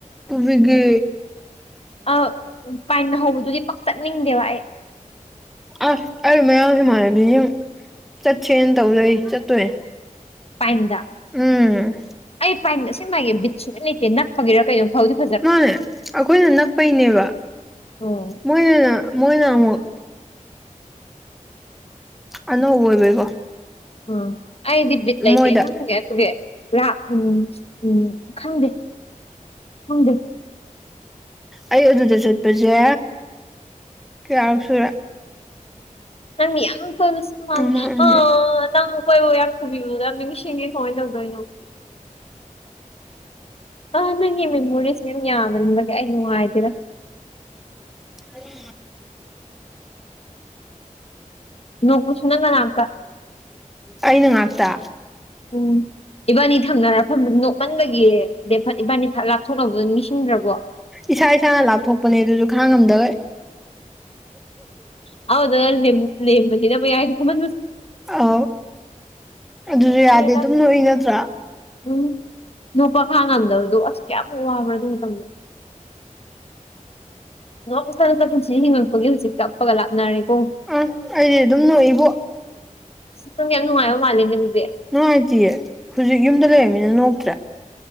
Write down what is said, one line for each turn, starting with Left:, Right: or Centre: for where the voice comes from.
Centre: ꯄꯨꯕꯤꯒꯦ
Left: ꯑ ꯄꯥꯏꯟ ꯍꯧꯕꯗꯨꯗꯤ ꯄꯥꯛꯆꯠꯅꯤꯡꯗꯦꯕ ꯑꯩ
Centre: ꯑꯁ ꯑꯩ ꯃꯌꯥꯡ ꯏꯃꯥꯟꯅꯕꯤ ꯁꯤꯡ ꯆꯠꯁꯦꯅ ꯇꯧꯖꯩ ꯆꯠꯇꯣꯔꯦ
Left: ꯄꯥꯏꯟꯗ
Centre: ꯎꯝ
Left: ꯑꯩ ꯄꯥꯏꯟ ꯑꯁꯦꯡꯕ ꯍꯥꯏꯒꯦ ꯕꯤꯠ ꯁꯨꯂꯩ ꯂꯩꯇꯦ ꯅꯛꯄꯒꯤꯔꯥ ꯀꯩꯅꯣ ꯐꯥꯎꯗꯤ
Centre: ꯃꯥꯅꯦ ꯑꯩꯈꯣꯏꯅ ꯅꯛꯄꯩꯅꯦꯕ
Left: ꯎꯝ
Centre: ꯃꯣꯏ ꯃꯣꯏꯅ ꯑꯃꯨꯛ ꯑꯅꯧꯕ ꯑꯣꯏ ꯑꯣꯏꯕꯩꯒꯣ
Left: ꯑꯣ ꯑꯩꯗꯤ ꯕꯤꯠꯂꯥꯏꯇꯦ
Centre: ꯃꯣꯏꯗ
Left: ꯍꯪ ꯊꯦ ꯂꯥ ꯎꯝ ꯎꯝ ꯈꯪꯗꯦ ꯈꯪꯗꯦ
Centre: ꯑꯩ ꯑꯗꯨꯗ ꯆꯠꯄꯁꯦ ꯀꯌꯥꯔꯛ ꯁꯨꯔ
Left: ꯅꯪꯗꯤ ꯌꯥꯝ ꯀꯣꯏꯕꯁꯨ
Centre: ꯑꯃ ꯑꯅꯤ
Left: ꯑ ꯅꯪ ꯀꯣꯏꯕ ꯌꯥꯝ ꯄꯨꯕꯤꯕꯗꯣ ꯌꯥꯝ ꯅꯤꯡꯁꯤꯡꯉꯦ ꯀꯃꯥꯏ ꯇꯧꯅꯤ ꯑꯪ ꯃꯦꯃꯣꯔꯤ ꯌꯥꯕꯅꯤꯅ ꯑꯩ ꯅꯨꯡꯉꯥꯏꯇꯦꯗ
Centre: ꯍꯔꯤ
Left: ꯅꯣꯡꯕꯁꯨ ꯅꯪ ꯅꯅꯥꯛꯇ
Centre: ꯑꯩꯅ ꯉꯥꯛꯇ
Left: ꯎꯝ ꯏꯕꯥꯅꯤ ꯊꯪꯅꯔꯛꯐꯝ ꯅꯣꯛꯃꯟꯕꯒꯤ ꯑꯠ ꯏꯕꯥꯅꯤ ꯊꯛꯂꯄ ꯊꯣꯛꯅꯕꯗꯨ ꯅꯤꯡꯁꯤꯡꯗ꯭ꯔꯕꯣ
Centre: ꯏꯁꯥ ꯏꯁꯥꯅ ꯂꯥꯞꯊꯣꯛꯄꯅꯦ ꯑꯗꯨꯁꯨ ꯈꯥꯡ ꯉꯝꯗꯕ
Left: ꯍꯗ ꯂꯝꯕꯗꯤ ꯅ ꯃꯌꯥꯏ ꯐꯝꯍꯟꯕꯗꯣ
Centre: ꯑ ꯑꯗꯨꯁꯨ
Left: ꯅꯨꯡꯁꯤꯌꯦꯗ
Centre: ꯌꯥꯗꯦ ꯑꯗꯨꯝ ꯅꯣꯛꯏ ꯅꯠꯇ꯭ꯔꯥ
Left: ꯎꯝ ꯅꯨꯄꯥ ꯈꯥꯡꯕ ꯉꯝꯗꯕꯗꯣ ꯑꯁ ꯀꯌꯥꯃꯨꯛ ꯋꯥꯕ꯭ꯔꯥ ꯑꯗꯨ ꯃꯇꯝꯗ ꯅ ꯏꯁꯥꯇ ꯄꯨꯟꯁꯤꯗ ꯍꯤꯡꯉꯛꯄꯒꯤ ꯍꯧꯖꯤꯛ ꯀꯞꯄꯒ ꯂꯥꯛꯅꯔꯦꯀꯣ
Centre: ꯑ ꯑꯩꯗꯤ ꯑꯗꯨꯝ ꯅꯣꯛꯏꯕꯣ
Left: ꯅꯪꯇꯤ ꯌꯥꯝ ꯅꯨꯡꯉꯥꯏ ꯃꯥꯜꯂꯦꯅꯦ ꯑꯗꯨꯗꯤ
Centre: ꯅꯨꯡꯉꯥꯏꯇꯤꯌꯦ ꯍꯧꯖꯤꯛ ꯌꯨꯝꯗ ꯂꯩꯔꯕꯅꯤꯅ ꯅꯣꯛꯇ꯭ꯔꯦ